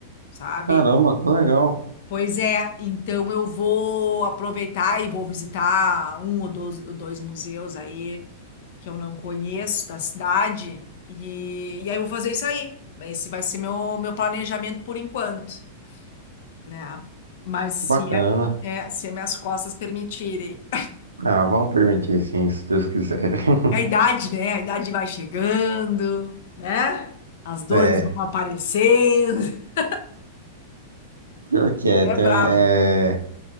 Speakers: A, on the left (about 55°); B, on the right (about 75°).
A: sabe?
B: Caramba, que legal.
A: Pois é, então eu vou aproveitar e vou visitar um ou dois, ou dois museus aí que eu não conheço da cidade e, e aí eu vou fazer isso aí. Esse vai ser meu, meu planejamento por enquanto, né? Mas se,
B: Bacana.
A: é, é, se as minhas costas permitirem.
B: Ah, vamos permitir sim, se Deus quiser. <laughs>
A: É A idade, né? A idade vai chegando, né? As dores
B: É,
A: vão aparecendo. <laughs>
B: pior que é,
A: É
B: tem-
A: brabo.
B: é